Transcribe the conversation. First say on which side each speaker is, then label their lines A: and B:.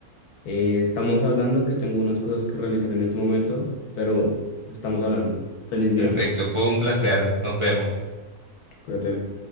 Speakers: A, on the left; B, on the right.
A: Eh, estamos hablando que tengo unas cosas que realizar en este momento, pero estamos hablando. Feliz
B: Perfecto,
A: día.
B: fue un placer. Nos vemos.
A: Cuídate.